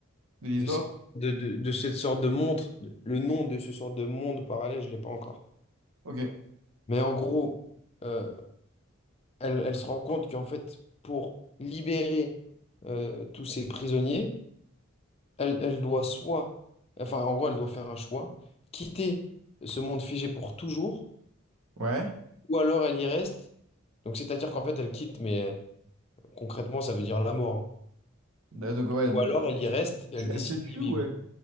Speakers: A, on the right (about 85°); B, on the left (about 30°).
A: de l'histoire.
B: de cette, de- de- de cette sorte de montre, le nom de ce sorte de monde parallèle, je l'ai pas encore.
A: Ok.
B: Mais en gros, euh, elle, elle se rend compte qu'en fait, pour libérer euh, tous ces prisonniers, elle, elle doit soit, enfin, en gros, elle doit faire un choix, quitter ce monde figé pour toujours
A: Ouais.
B: Ou alors elle y reste. Donc c'est-à-dire qu'en fait elle quitte, mais euh, concrètement ça veut dire la mort. hein.
A: Euh, Donc, ouais. Donc,
B: Ou alors elle y
A: elle se
B: reste
A: tue,
B: et elle décide
A: elle se tue
B: d'y vivre.
A: ou elle...